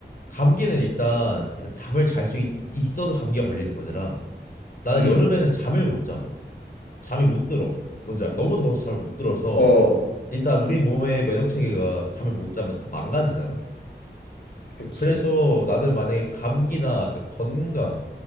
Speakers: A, on the left (about 50°); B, on the left (about 75°).
A: 감기는 일단 일단 잠을 잘 수 있어서 감기가 걸리는 거잖아. 나는
B: 응,
A: 여름에는 잠을 못 자. 잠이 못 들어. 뭔지 알아? 너무 더워서 잠을 못 들어서
B: 어,
A: 일단 우리 몸의 면역 체계가 잠을 못 자면 다 망가지잖아.
B: 그치.
A: 그래서 나는 만약에 감기나 약간 건강